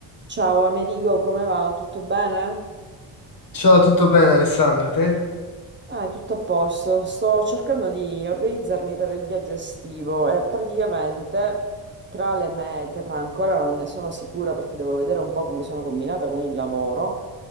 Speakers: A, on the right; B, on the left.
A: Ciao Amerigo, come va? Tutto bene?
B: Ciao, tutto bene Alessandra, te?
A: Ah, è tutto a posto. Sto cercando di organizzarmi per il viaggio estivo e praticamente tra le mete, ma ancora non ne sono sicura perché devo vedere un po' come sono combinata con il lavoro.